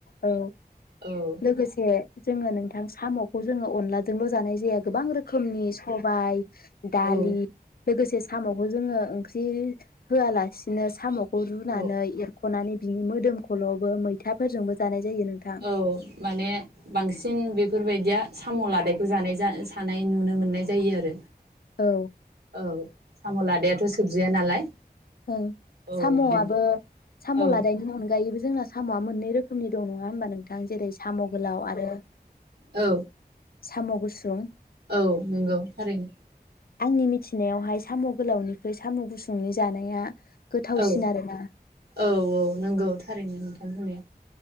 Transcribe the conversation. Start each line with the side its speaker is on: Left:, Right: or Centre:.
Left: औ
Right: औ
Left: लोगोसे जोङो नोंथां साम' खौ जोङो अनलाजोंल' जानाय जाया गोबां रोखोमनि सबाय दालि
Right: औ
Left: लोगोसे साम'खौ जोङो ओंख्रि होआलासिनो साम' खौ रुनानै
Right: औ
Left: एरख'नानै बिनि मोदोम खल'बो मैथाफोरजोंबो जानाय जायो नोंथां
Right: औ माने बांसिन बे फोरबायदिया साम' लादायखौ जानाय सान नाय नुनो मोननाय जायो आरो
Left: औ
Right: औ साम' लादायाथ' सोबजाया नालाय
Left: ओं
Right: औ
Left: साम'आबो
Right: बिनि
Left: साम'
Right: औ
Left: लादनायनि अनगायैबो जोंना साम'आ मोननै रोखोम नि दं नङा होनोमबा नोंथां जेरै साम' गोलाव आरो
Right: औ
Left: साम' गुस सुं
Right: औ नंगौ थारैनो।
Left: आंनि मिथि नायावहाय साम' गोलावनिखै साम' गुसुंनि जानाया गोथावसिन
Right: औ
Left: आरोना
Right: औ औ नंगौ थारैनो नोंथां बुंनाया